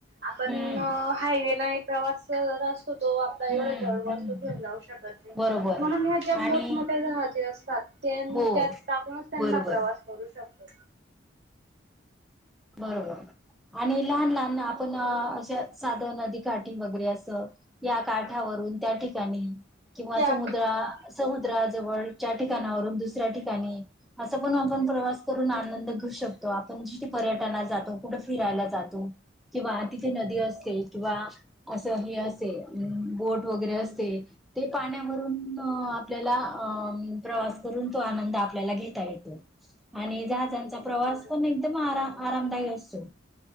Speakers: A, on the right; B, in the centre.
A: आपण
B: हम्म
A: हायवेला हे प्रवास नसतो तो. एवढ
B: हम्म
A: जड वस्तू
B: हम्म
A: घेऊन जाऊ शकत नाय.
B: बरोबर
A: म्हणून ह्या ज्या मोठमोठ्या
B: आणि
A: जहाज ते असतात त्यां
B: हो
A: त्यात टाकूनच त्यांना
B: बरोबर
A: प्रवास करू शकतो.
B: बरोबर आणि लहान लहान आपण अशा साध नदी काठी वगैरे असं या काठ्यावरून त्या ठिकाणी किंवा
A: त्या
B: समुद्रा
A: ठिकाणी
B: समुद्रा जवळच्या ठिकाणावरून दुसऱ्या ठिकाणी असं पण आपण प्रवास करून आनंद घेऊ शकतो. आपण जि पर्यटनाला जातो कुठ फिरायला जातो किंवा तिथे नदी असते किंवा असं हे असे बोट वगैरे असते ते पाण्यावरून आपल्याला अ प्रवास करून तो आनंद आपल्याला घेता येतो. आणि जहाजांचा
A: हो
B: प्रवास
A: बरोबर
B: पण एकदम आरा आरामदायी असतो.